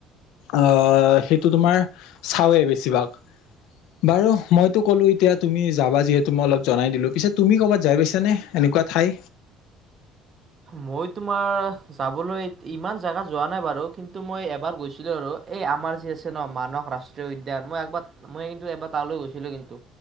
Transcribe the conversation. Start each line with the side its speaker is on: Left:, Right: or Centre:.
Left: আহ সেইটো তোমাৰ চাওঁৱেই বেছিভাগ। বাৰু মই ক'লো এতিয়া তুমি যাবা যিহেতু মই অলপ জনাই দিলো পিছেত তুমি কৰ'ৰবাত যাই পাইছা নে এনেকুৱা ঠাই?
Right: মই তোমাৰ যাবলৈ ইমান জেগাত যোৱা নাই বাৰু। কিন্তু মই এবাৰ গৈছিলোঁ আৰু এই আমাৰ যি আছে ন মানস ৰাষ্ট্ৰীয় উদ্যান, মই একবাৰ মই কিন্তু এবাৰ তালৈ গৈছিলোঁ কিন্তু।